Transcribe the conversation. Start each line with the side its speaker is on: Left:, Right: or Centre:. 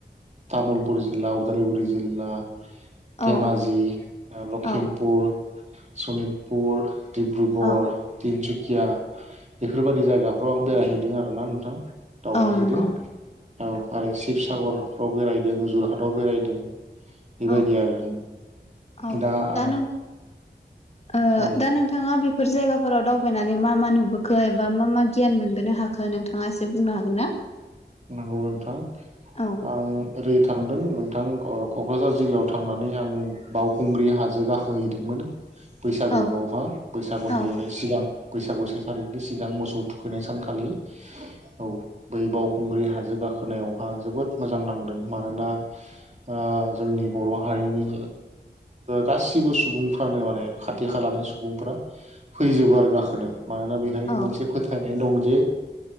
Right: तामुलपुर जिल्ला उदालगुरि जिल्ला। धेमाजि
Left: औ
Right: लखिमपुर
Left: औ
Right: सनितपुर। डिब्रुगर
Left: औ
Right: तिनसुकिया बेफोरबायदि जायगाफ्राव आं बेरायहैदों आरोना नोंथां। दावबायहैदों
Left: औ नंगौ
Right: औ आरो शिबसागरफ्राव बेराय दों जरहाटाव बेरायदों बेबायदि
Left: औ
Right: आरो।
Left: औ
Right: दा आं
Left: नों ओ
Right: औ
Left: दा नोंथाङा बे फोर जायगाफोराव दावबायनानै मा मा नुबोखो एबा मा मा गियान मोनबोनो हाखो नोंथाङा एसे बुंनो हागोन ना?
Right: नंगौ नोंथां
Left: औ
Right: आं ओरै थांदों नोंथां ओ क'क्राझार जिल्लायाव थांनानै आं बावखुंग्रि हाजो गाखोहैदोंमोन। बैसागोआवहा
Left: औ
Right: बैसागुनि
Left: औ
Right: सिगां। बैसागु से थारिखनि सिगां मोसौ थुखैनाय सानखालि औ बै बाव खुंग्रि हाजो गाखोनायावहा जोबोद मोजां नांदों मानोना ओ जोंनि बर' हारि बेनि गासिबो सुबुंफ्रानो माने खाथि खालानि सुबुंफ्रा फैजोबो आरो गाखोनो। मानोना बेहाय
Left: औ
Right: मोनसे फोथायनाय दं जे